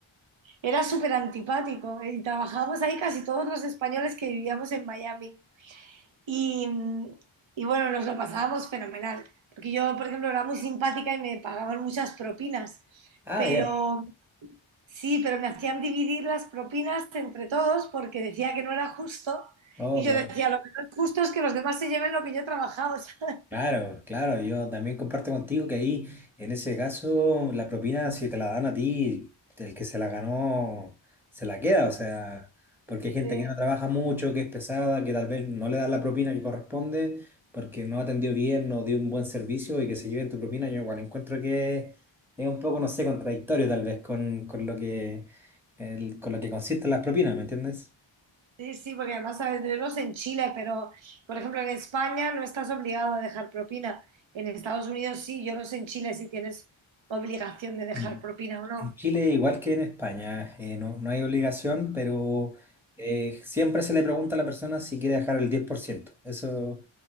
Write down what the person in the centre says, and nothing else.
Ah,
ya.
Oh,
claro.
Claro, claro, yo también comparto contigo que ahí, en ese caso, la propina, si te la dan a ti, el que se la ganó, se la queda, o sea, porque hay gente
que no trabaja mucho, que es pesada, que tal vez no le dan la propina que corresponde, porque no atendió bien, no dio un buen servicio y que se lleven tu propina, yo igual encuentro que es un poco, no sé, contradictorio tal vez con, con lo que, el- con lo que consisten las propinas, ¿me entiendes?
En
en Chile, igual que en España, eh, no, no hay obligación, pero eh, siempre se le pregunta a la persona si quiere dejar el diez por ciento Eso,